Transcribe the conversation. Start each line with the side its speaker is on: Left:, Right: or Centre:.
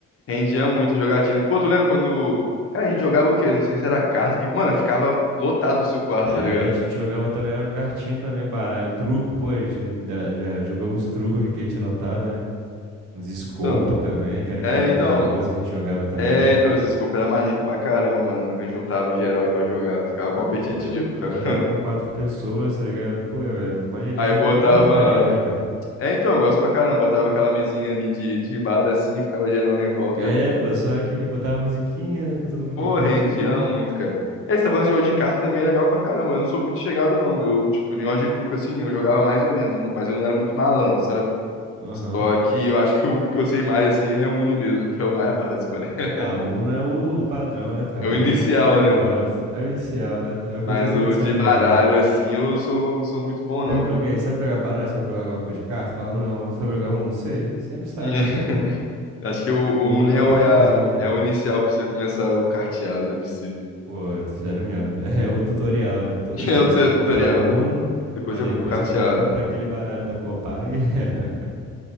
Left: Rendia muito jogatina. Pô, tu lembra quando. Cara, a gente jogava o quê? Não sei se era carta, que, mano, ficava lotado o seu quarto,
Right: É,
Left: tá ligado?
Right: a gente jogava também a cartinha também, baralho, truco, pô, a gente da- já jogou uns trucos aqui que a gente anotava, né? uns Scopa
Left: Então,
Right: também, que era aquele
Left: é,
Right: de
Left: então.
Right: 1 a 12, a gente jogava também.
Left: É, então, esse scope era maneiro pra caramba, mano. que A gente juntava em geral aí pra jogar. Ficava
Right: Pô,
Left: competitivo.
Right: eu
Left: ficava-
Right: jogava com quatro pessoas, tá ligado? Pô, é maneirinho,
Left: Aí
Right: joguinho
Left: botava.
Right: de carta é maneiro, né, cara?
Left: É, então, eu gosto pra caramba. Botava aquela mesinha ali de, de bar assim, ficava geral em volta
Right: É,
Left: ali.
Right: pô, só aqui de botar a musiquinha, fica todo mundo
Left: Pô,
Right: de boa
Left: rendia
Right: aqui.
Left: muito, cara. É, esse falando de jogo de carta também é legal pra caramba. Eu não sou muito chegado, não. Eu, tipo, em jogo de truco assim, eu jogava mais ou menos, mas eu não era muito malandro, sabe?
Right: Aham.
Left: Só que eu acho que o único que eu sei mais, assim, é o Uno mesmo, que é o mais básico, né? <laughs>
Right: Ah, o Uno é o padrão, né, cara?
Left: É o
Right: O
Left: inicial,
Right: Uno é o que todo mundo
Left: né?
Right: gosta. É o inicial, né? É o que
Left: Mas
Right: todo
Left: o
Right: mundo sabe
Left: de baralho,
Right: jogar.
Left: assim, eu sou, não sou muito bom, não.
Right: Pergunta pra alguém, sabe jogar baralho? Sabe jogar alguma coisa de carta? Fala, não. Sabe jogar Uno? Sei. Sempre sabe,
Left: <laughs>
Right: não tem como.
Left: Acho que o, o
Right: O Uno
Left: Uno
Right: é
Left: é,
Right: o
Left: o-
Right: padrãozinho,
Left: é a-
Right: né?
Left: é o inicial pra você começar o carteado, não é possível.
Right: Pô, é sério mesmo. <laughs> É o tutorial, né? Tutorial
Left: <laughs> É o tutorial.
Right: você tem que comprar o Uno,
Left: Depois
Right: aí
Left: você
Right: depois
Left: compra o carteado.
Right: você pode comprar aquele baralho da Copag. <laughs>